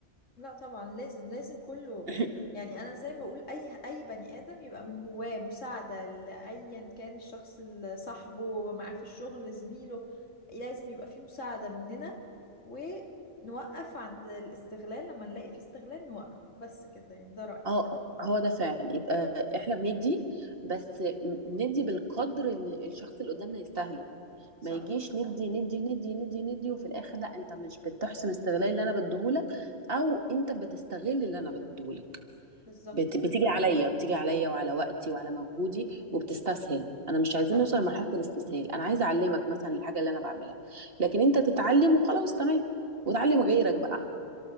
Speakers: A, on the left (about 80°); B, on the right (about 50°).
A: لا طبعا لازم لازم كله
B: ده
A: يعني انا زي ما بقول اي اي بني ادم يبقى من جواه مساعدة لايا كان الشخص اللي صاحبه معاه في الشغل زميله لازم يبقى فيه مساعدة مننا ونوقف عند الاستغلال لما نلاقي فيه استغلال نوقف بس كده يعني ده رأيي
B: اه هو ده فعلا يبقى احنا بندي بس م- ندي بالقدر اللي الشخص اللي قدامنا يستاهله
A: صح
B: ما يجيش ندي ندي ندي ندي ندي وفي الاخر لا انت مش بتحسن استغلال اللي انا بديهولك او انت بتستغل اللي انا بديهولك
A: بالظبط
B: بت...
A: كده
B: بتيجي عليا بتيجي عليا وعلى وقتي وعلى مجهودي وبتستسهل انا مش عايزين
A: صح
B: نوصل لمرحلة الاستسهال انا عايزه اعلمك مثلا الحاجة اللي انا بعملها لكن انت تتعلم وخلاص تمام وتعلم غيرك بقى